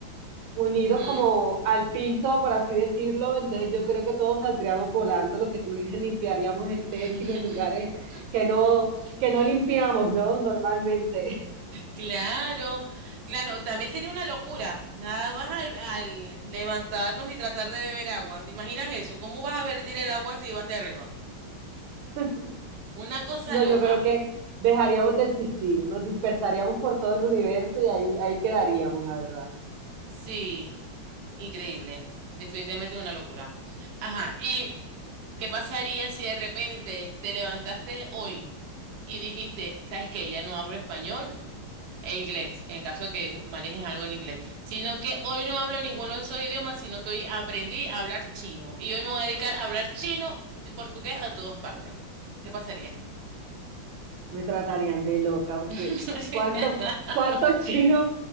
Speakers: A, on the right (about 85°); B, on the right (about 70°).
A: unidos
B: Ujú.
A: como al piso, por así decirlo. Entonces yo creo que todos saldríamos volando, lo que tú dices, limpiaríamos el
B: <laughs>
A: techo y los lugares que no, que no limpiamos, ¿no? Normalmente.
B: Claro, claro, también sería una locura, nada más al, al levantarnos y tratar de beber agua. ¿Te imaginas eso? ¿Cómo vas a vertir el agua si vas hacia arriba?
A: <laughs>
B: Una cosa
A: No,
B: loca.
A: yo creo que dejaríamos de existir, nos dispersaríamos por todo el universo y ahí, ahí quedaríamos, la verdad.
B: Sí, increíble. Definitivamente una locura. Ajá, y ¿Qué pasaría si de repente te levantaste hoy y dijiste, sabes que ya no hablo español e inglés, en el caso de que manejes algo en inglés, sino que hoy no hablo ninguno de esos idiomas, sino que hoy aprendí a hablar chino y hoy me voy a dedicar a hablar chino y portugués a todas partes? ¿Qué pasaría?
A: me tratarían de loca, porque
B: <laughs>
A: ¿cuántos, cuántos <laughs> chinos,